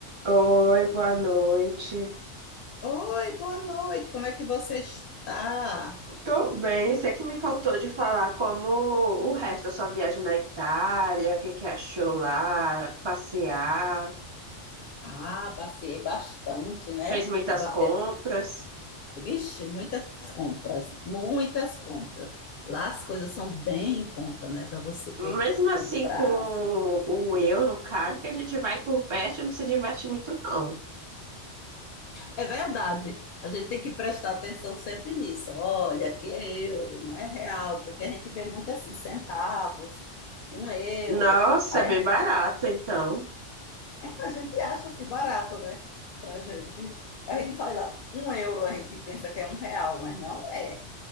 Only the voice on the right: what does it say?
Oi, boa noite.
Tô bem, sei que me faltou de falar como o resto da sua viagem na Itália, o que que achou lá, passear,
fez muitas
compras.
Mesmo
assim, com
o euro caro, que a gente vai e converte, não se diverte muito, não.
Nossa,
é bem
barato, então.